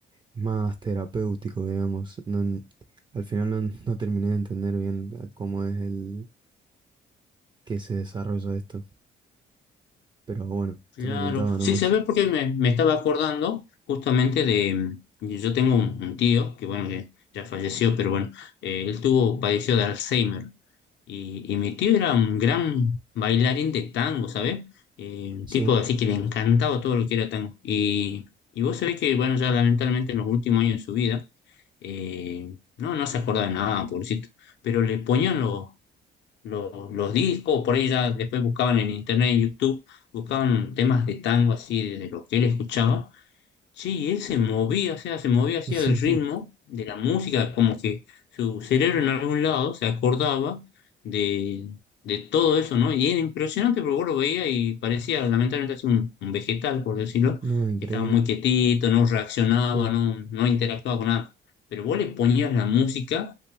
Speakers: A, on the right; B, on the left.
A: es más terapéutico, digamos. No, en- al final no, <laughs> no terminé de entender bien a cómo es el que se desarrolla esto, pero bueno,
B: Claro,
A: te comentaba nomás.
B: sí, se ve porque me, me estaba acordando justamente de, mm, yo tengo un, un tío que bueno, que ya falleció, pero bueno, eh, él tuvo, padeció de Alzheimer y, y mi tío era un gran bailarín de tango, ¿sabes? Eh, un
A: Sí,
B: tipo así que le encantaba todo lo que era tango. Y, y vos sabés que bueno, ya lamentablemente en los últimos años de su vida, eh, no, no se acordaba de nada, pobrecito, pero le ponían los, los, los discos, por ahí ya después buscaban en internet, en YouTube, buscaban temas de tango así, de, de lo que él escuchaba. Sí, y él se movía, o sea, se movía así
A: <laughs>
B: al ritmo de la música, como que su cerebro en algún lado se acordaba de, de todo eso, ¿no? Y era impresionante porque vos lo veía y parecía lamentablemente así un, un vegetal, por decirlo,
A: no, increíble.
B: que estaba muy quietito, no reaccionaba,
A: Sí,
B: no, no interactuaba con nada. Pero vos le ponías la música